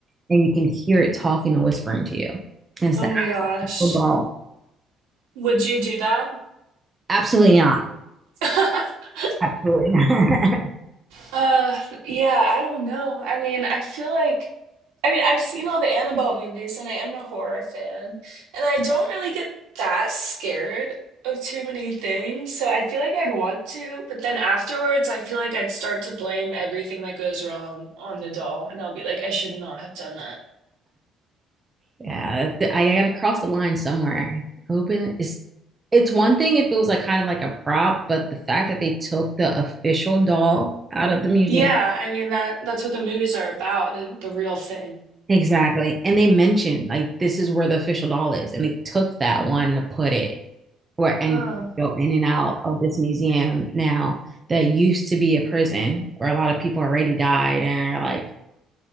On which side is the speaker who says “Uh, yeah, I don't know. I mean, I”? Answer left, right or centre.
Right